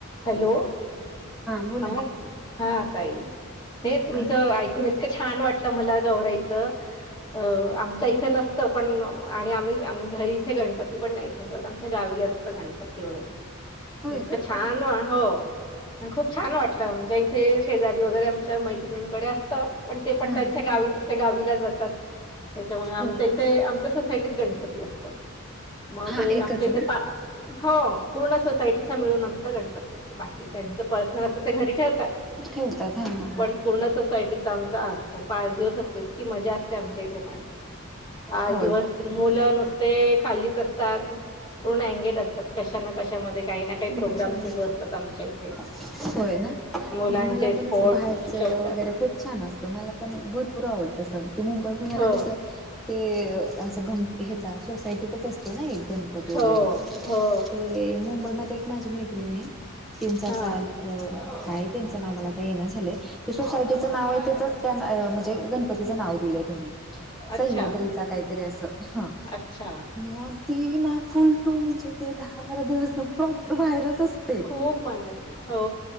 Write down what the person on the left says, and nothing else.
Hello
हा
हा ताई हेच तुमचं
ऐकून येत इतक छान वाटलं मला गौरायचं अ आमच्या इथं नसतं. पण आणि आम्ही आम्ही घरी इथे गणपती पण नाही ठेवत आमच्या गावी असत. गणपती वगैरे
इतकं
छान वाट हो आणि खूप छान वाटलं म्हणजे इथे शेजारी वगैरे आमच्या मैत्रिणींकडे असतं पण ते पण
त्यांच्या गावीत त्या गावीला जातात त्याच्यामुळे आमच्या
इथे
आमच्या. सा गणपती असत मग
ते
आमच्या इथे
हो पूर्ण सोसायटीचा मिळून आमचा गणपती असतो बाकी ज्यांचं पर्सनल असत ते घरी ठेवतात.
पण पूर्ण सोसायटी आम असत पाच दिवस असतो इतकी मजा असते आमच्या इथे पण पाच
दिवस मुलं नुसते खालीच असतात पूर्ण अंगेज असतात कशा ना कशामध्ये काही ना काही
प्रोग्राम सुरू असतात आमच्या इथे
मुलांचे
स्पोर्ट्स
ठेवतात
हो
हो
हो
हा
अच्छा
अच्छा
खूप मन हो